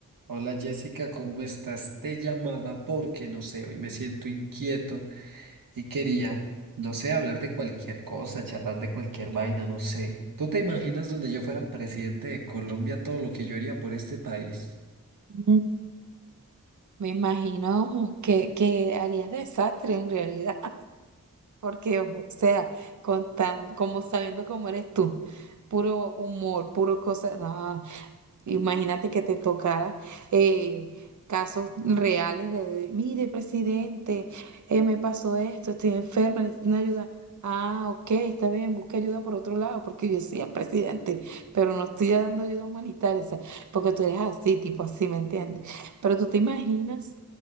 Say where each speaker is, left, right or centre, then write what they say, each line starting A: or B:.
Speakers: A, on the right; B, on the right.
A: Hola Jessica, ¿cómo estás? Te llamaba porque no sé, hoy me siento inquieto y quería, no sé, hablar de cualquier cosa, charlar de cualquier vaina, no sé. ¿Tú te imaginas donde yo fuera el presidente de Colombia todo lo que yo haría por este país?
B: Mm, Me imagino que, que harías desastre en realidad, <laughs> porque, o sea, con tan, como sabiendo cómo eres tú, puro humor, puro cosa, no. Imagínate que te tocara eh, casos reales de, de, mire, presidente, eh, me pasó esto, estoy enferma, necesito una ayuda. Ah, ok, está bien, busca ayuda por otro lado, porque yo soy presidente, pero no estoy dando ayuda humanitaria, o sea, porque tú eres así, tipo así, ¿me entiendes? Pero tú te imaginas,